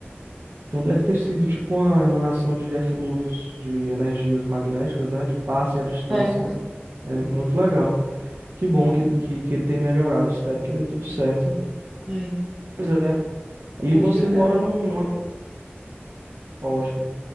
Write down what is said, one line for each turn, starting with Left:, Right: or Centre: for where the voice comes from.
Right: Então deve ter sido tipo uma emanação de eflúvios, de energias magnéticas, né? De passe à distância.
Centre: É.
Right: É muito legal. Que bom que, que, que ele tem melhorado. Espero que dê tudo certo.
Centre: É,
Right: Pois é.
Centre: tá
Right: E você
Centre: melhorando.
Right: mora num, num- Ótimo.